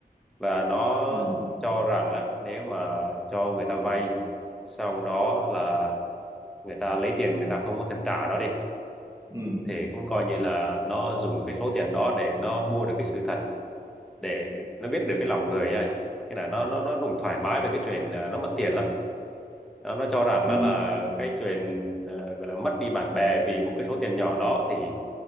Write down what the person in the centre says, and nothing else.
và nó
cho rằng á nếu mà cho người ta vay xong đó là người ta lấy tiền người ta không có thèm trả nó đi
thì cũng coi như là nó dùng cái số tiền đó để nó mua được cái sự thật để nó biết được cái lòng người ấy anh cái là nó nó nó cũng thoải mái về cái chuyện ờ, nó mất tiền lắm nó, nó cho rằng
á là cái chuyện ờ, gọi là mất đi bạn bè vì một cái số tiền nhỏ đó thì